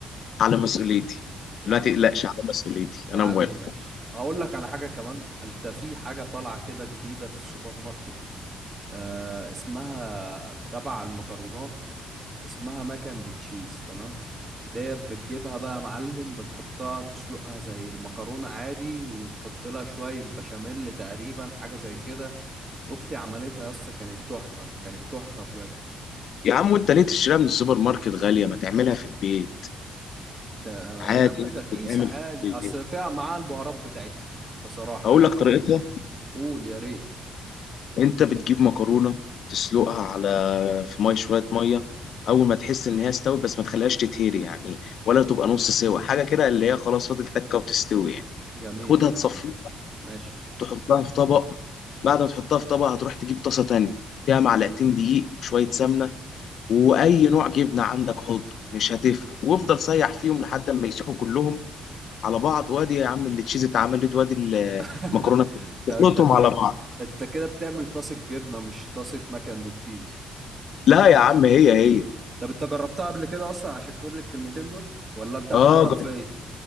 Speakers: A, on the left (about 65°); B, on the right (about 35°).
A: على مسؤوليتي
B: يا
A: لا
B: عم
A: تقلقش
B: ماشي
A: على مسؤوليتي
B: يا
A: انا
B: عم
A: موافق
B: ماشي اقول لك على حاجه كمان انت في حاجه طالعه كده جديده في السوبر ماركت آه اسمها تبع المكرونات اسمها ماكن دي تشيز تمام ديت بتجيبها بقى يا معلم بتحطها تسلقها زي المكرونة عادي وتحط لها شوية بشاميل تقريبا حاجة زي كده أختي عملتها يا اسطى كانت تحفة كانت تحفة بجد
A: يا عم وانت ليه تشتريها من السوبر ماركت غاليه ما تعملها في البيت
B: آه،
A: عادي
B: يا عم ده
A: يعني
B: كيس عادي
A: بتتعمل في البيت
B: اصل فيها معاه البهارات بتاعتها بصراحة
A: اقول
B: يعني
A: لك طريقتها
B: قول يا ريت
A: انت بتجيب مكرونه تسلقها على في ميه شويه ميه اول ما تحس ان هي استوت بس ما تخليهاش تتهري يعني ولا تبقى نص سوا حاجه كده اللي هي خلاص فاضل تكه وتستوي يعني
B: جميل
A: خدها
B: الكلام
A: تصفيها
B: ده ماشي
A: تحطها في طبق بعد ما تحطها في طبق هتروح تجيب طاسه تانية فيها معلقتين دقيق وشويه سمنه واي نوع جبنه عندك حطه مش هتفرق وافضل سيح فيهم لحد ما يسيحوا كلهم على بعض وادي يا عم اللي تشيز اتعملت وادي
B: <laughs>
A: المكرونه
B: طب
A: تخلطهم
B: انت
A: على بعض
B: انت كده بتعمل طاسة جبنة مش طاسة ماك اند تشيز
A: لا يا عم هي هي
B: طب انت جربتها قبل كده اصلا عشان تقول لي الكلمتين دول ولا انت هتجرب
A: اه
B: فيا